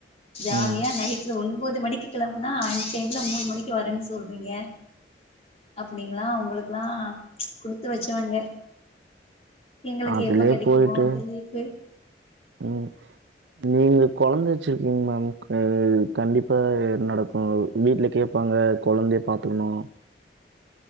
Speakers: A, on the left; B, on the right.
A: ஜாலியா
B: ம்
A: நைட்ல ஒண் உம்போது மணிக்கி கெளம்புனா அன் டைம்ல மூணு மணிக்கி வரன் சொல்றீங்க இப்ப நீங்களா உங்களுக்லா குடுத்து வச்சவங்க எங்களுக்கு
B: அதுலே
A: எப்ப கெடைக்குமோ
B: போய்ட்டு
A: அந்த லீஃப்பு
B: ம் நீங்கள் கொழந்த வெச்சிர்க்கிங் மேம் அ கண்டிப்பா இத் நடக்கு வீட்ல கேப்பாங்க ப்ப கொழந்திய பாத்துக்கணு